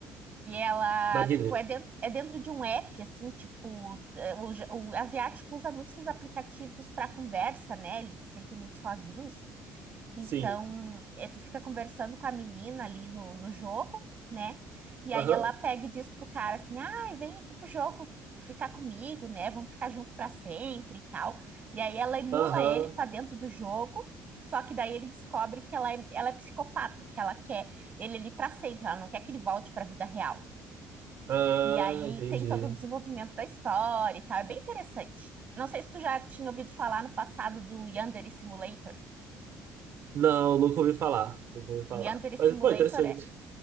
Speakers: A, on the right (about 25°); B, on the right (about 45°).
A: E ela,
B: Magnífico.
A: tipo, é dentro, é dentro de um app, assim, tipo, é, o, ja- o asiático usa muito esses aplicativos para conversa, né? Eles se sentem muito sozinhos. Então,
B: Sim.
A: é, tu fica conversando com a menina ali no, no jogo, né? E
B: Aham.
A: aí ela pega e diz pro cara assim: ai, vem aqui pro jogo ficar comigo, né? Vamos ficar junto para sempre e tal. E aí ela emula
B: Aham.
A: ele para dentro do jogo. Só que daí ele descobre que ela é, ela é psicopata, que ela quer ele ali para sempre, ela não quer que ele volte para a vida real.
B: Ah,
A: E aí
B: entendi.
A: tem todo o desenvolvimento da história e tal. É bem interessante. Não sei se tu já tinha ouvido falar no passado do Yandere Simulator.
B: Não, nunca ouvi falar. Nunca ouvi falar.
A: O Yandere Simulator
B: Mas foi interessante.
A: é,